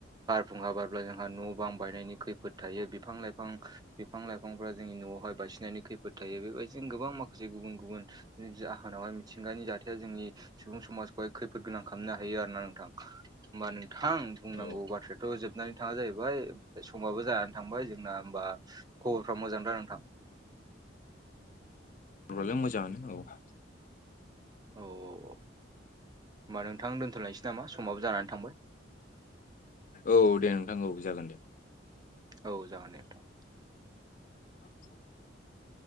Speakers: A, on the right; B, on the left.
A: फुंहा बारब्ला जोंहा न' बां बायनायनि खैफोद थायो बिफां लाइफां बिफां लाइफांफ्रा जोंनि न'आवहाय बायसिननायनि खैफोद थायो बेबायदिजों गोबां माखासे गुबुन गुबुन जाहोनावहाय मिथिंगानि जाथाया जोंनि सुबुं समाजखौहाय खैफोद गोनां खामनो हायो आरो ना नोंथां। होमबा नोंथां बुंनांगौ
B: औ
A: बाथ्रा होबनानै थाङा जाहैबाय ओमफ्राय समाबो जानानै थांबाय जोंना। होमबा खबरफ्रा मोजां दा नोंथां?
B: ब्रलाय मोजाङानो औ।
A: औ औ औ। होमबा नोंथां दोनथ'लायसै नामा? समाबो जानानै थांबाय।
B: औ दे नोंथां औ जागोन दे।
A: औ जागोन दे नोंथां।
B: <inaudible>